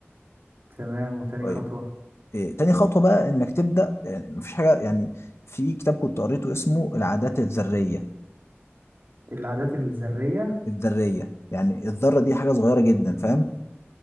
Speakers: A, on the right (about 55°); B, on the left (about 70°).
A: تمام وتاني
B: طيب
A: خطوة
B: إيه تاني خطوة بقى انك تبدأ يعني مفيش حاجة يعني في كتاب كنت قريته اسمه العادات الذرية
A: العادات الذرية
B: الذرية يعني الذرة دي حاجة صغيرة جدا فاهم